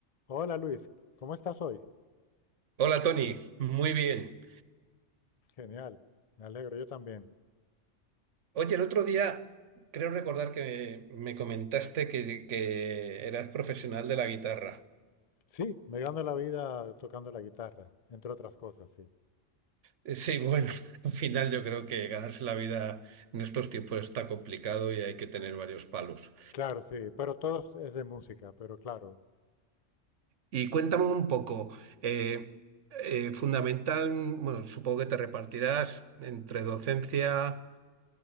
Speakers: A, on the left (about 40°); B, on the right (about 75°).
A: Hola Luis, ¿cómo estás hoy?
B: Hola Tony, muy bien.
A: Genial, me alegro, yo también.
B: Oye, el otro día creo recordar que me, me comentaste que, que eras profesional de la guitarra.
A: Sí, me gano la vida tocando la guitarra, entre otras cosas, sí.
B: Eh, Sí, bueno, <laughs> al final yo creo que ganarse la vida en estos tiempos está complicado y hay que tener varios palos.
A: Claro, sí, pero todo es de música, pero claro.
B: Y cuéntame un poco, eh, eh, fundamental, bueno, supongo que te repartirás entre docencia,